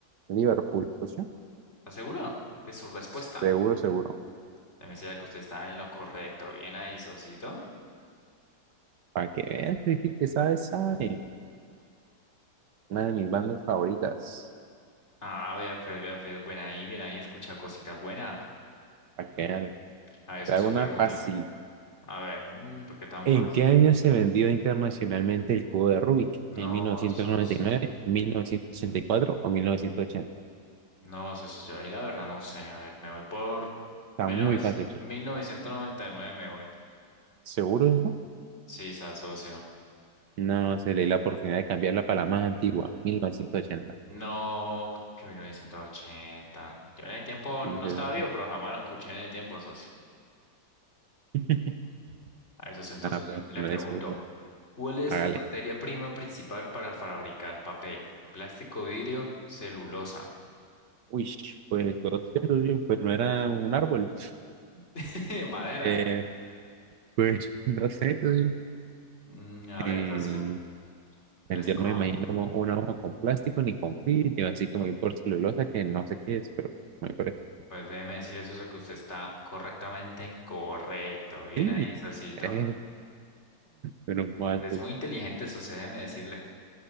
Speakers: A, on the right (about 70°); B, on the left (about 35°).
A: Liverpool, socio.
B: ¿Está seguro de su respuesta?
A: Seguro, seguro.
B: Déjame decirle que usted está en lo correcto. Bien ahí, socito.
A: Para que veas, es que, que sabe, sabe. Una de mis bandas favoritas.
B: Ah, vea, pues, vea, pues, buena ahí, bien ahí, escucha cositas buenas.
A: Para que veas.
B: A ver, socio,
A: Te hago una
B: pregúntame.
A: fácil.
B: A ver, mm, ¿por qué tan
A: ¿En
B: fácil?
A: qué año se vendió internacionalmente el cubo de Rubik? ¿En
B: No,
A: 1999,
B: sos,
A: 1964 o 1980?
B: no, socio, yo ahí la verdad no sé. A ver, me voy por
A: Está
B: mil
A: muy
B: novecientos
A: fácil. socio.
B: mil novecientos noventa y nueve me voy.
A: ¿Seguro eso?
B: Sí, se socio.
A: No, se le dio la oportunidad de cambiarla para la más antigua, 1980.
B: No, que 1980. Yo en el tiempo
A: Y,
B: no estaba
A: eh,
B: vivo, pero jamás lo escuché en el tiempo, socio.
A: <laughs>
B: A ver, socio, entonces
A: Nada, pero
B: le, le
A: no
B: pregunto.
A: le escupo.
B: ¿Cuál es
A: Hágale.
B: la materia prima principal para fabricar papel? Plástico, vidrio, celulosa.
A: Uy, pues no sé, oye, pues no era un árbol.
B: <laughs> Madera.
A: Eh, pues <laughs> no sé, oye,
B: Mm, a
A: eh,
B: ver, socio,
A: pues,
B: Pues,
A: yo
B: ¿cómo?
A: no me imagino mo- una hoja con plástico ni con vidrio, así como ir por celulosa que no sé qué es, pero me parece.
B: Pues déjeme decirle, socio, que usted está correctamente correcto. Bien
A: Sí,
B: ahí, socito.
A: eh, pero bueno,
B: Es muy inteligente, socio, déjeme decirle.